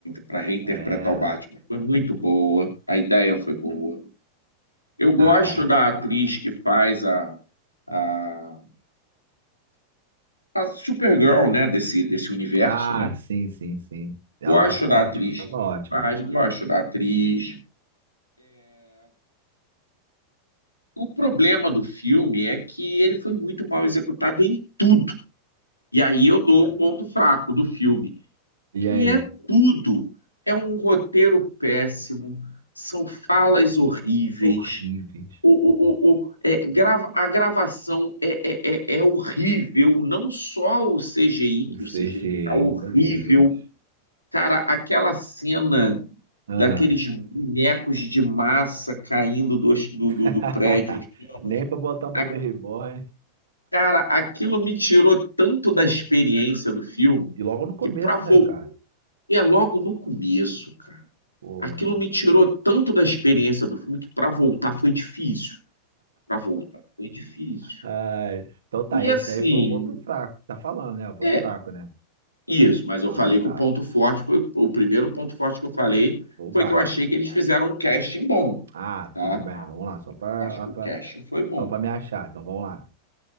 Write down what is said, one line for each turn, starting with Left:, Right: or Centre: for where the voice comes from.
Left: para reinterpretar
Right: é.
Left: o Batman foi muito boa, a ideia foi boa. Eu gosto
Right: Ah, é.
Left: da atriz que faz a, a, a Supergirl, né? Desse, desse universo,
Right: Ah,
Left: né?
Right: sim, sim, sim. Ela
Left: Gosto
Right: tava ótima,
Left: da atriz
Right: tava
Left: que
Right: ótima.
Left: faz, gosto da atriz. O problema do filme é que ele foi muito mal executado em tudo. E aí eu dou um ponto fraco do filme,
Right: E
Left: que
Right: aí?
Left: é tudo. É um roteiro péssimo, são falas horríveis,
Right: Horríveis.
Left: O, o, o, o- é, grava- a gravação é, é, é, é horrível, não só o CGI, que
Right: O CGI,
Left: o CGI tá horrível.
Right: meu Deus.
Left: Cara, aquela cena
Right: Ah.
Left: daqueles bonecos de massa caindo do, do,
Right: <laughs>
Left: do, do prédio em chamas.
Right: Nem pra botar um
Left: A-
Right: bebê reborn.
Left: cara, aquilo me tirou tanto da experiência do filme
Right: E logo no começo,
Left: que pra voltar
Right: né, cara?
Left: é logo no começo, cara.
Right: Pô.
Left: Aquilo me tirou tanto da experiência do filme que pra voltar foi difícil. Pra voltar foi difícil.
Right: Ai. Então tá,
Left: E
Right: esse
Left: assim,
Right: daí foi o ponto fraco. Tá falando, né? O ponto
Left: é
Right: fraco, né?
Left: isso, mas eu
Right: Ah,
Left: falei que
Right: tá.
Left: o ponto forte foi o primeiro ponto forte que eu falei
Right: Foi o
Left: foi
Right: Batman.
Left: que eu achei que eles fizeram um casting bom,
Right: Ah,
Left: tá?
Right: tudo bem. Vamos lá, só pra,
Left: Acho que
Right: a- pra-
Left: o casting foi bom.
Right: só pra me achar. Então vamos lá.